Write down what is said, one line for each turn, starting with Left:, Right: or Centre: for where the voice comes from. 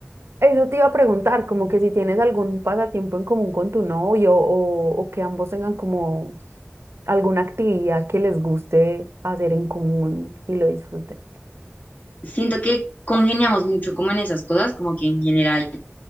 Right: Eso te iba a preguntar, como que si tienes algún pasatiempo en común con tu novio o, o que ambos tengan como alguna actividad que les guste hacer en común y lo disfruten.
Left: Siento que congeniamos mucho como en esas cosas, como que en general